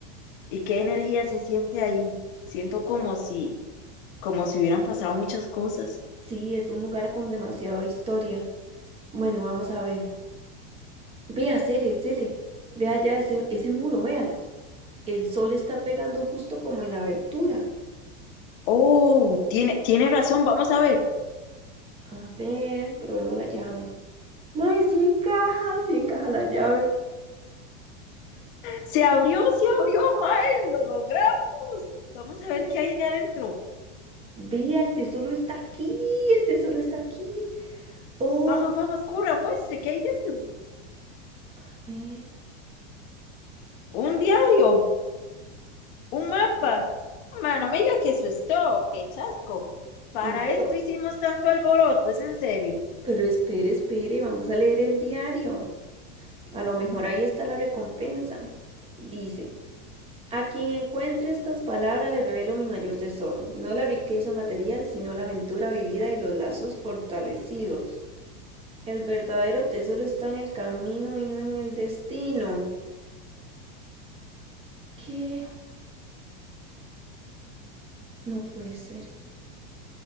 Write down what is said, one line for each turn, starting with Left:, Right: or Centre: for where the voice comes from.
Left: y qué energía se siente ahí. Siento como si, como si hubieran pasado muchas cosas.
Right: Sí, es un lugar con demasiada historia. Bueno, vamos a ver. Vea, Cele, Cele. Vea ya ese, ese muro, véalo. El sol está pegando justo como en la abertura.
Left: Oh, tiene, tiene razón. Vamos a ver.
Right: A ver, probemos la llave. ¡Mae, sí encaja! Sí encaja la llave.
Left: Se abrió, se abrió, Mae. Lo logramos. Vamos a ver qué hay adentro.
Right: Vea, el tesoro está aquí. El tesoro está aquí. Oh,
Left: Vamos, vamos, corra, muestre qué hay dentro.
Right: A ver.
Left: Un diario. Un mapa. Mano, me diga que eso es todo, qué chasco. Para
Right: no, pero,
Left: esto hicimos tanto alboroto, es en serio.
Right: pero espere, espere, vamos a leer el diario. A lo mejor ahí está la recompensa. Dice, a quien encuentre estas palabras le revelo mi mayor tesoro, no la riqueza material, sino la aventura vivida y los lazos fortalecidos. El verdadero tesoro está en el camino y no en el destino. ¿Qué? No puede ser.